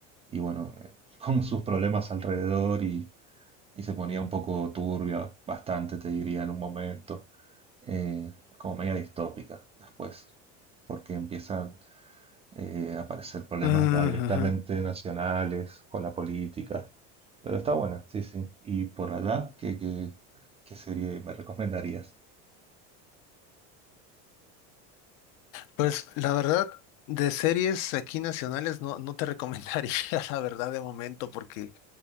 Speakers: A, on the right; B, on the left.
A: y bueno, eh, con sus problemas alrededor y, y se ponía un poco turbia, bastante te diría en un momento eh, como media distópica después, porque empiezan eh, a aparecer problemas
B: Ujú.
A: ya directamente nacionales con la política. Pero está buena, sí, sí. Y por allá, ¿qué, qué, qué serie me recomendarías?
B: Pues la verdad, de series aquí nacionales no, no te recomendaría <laughs> la verdad de momento, porque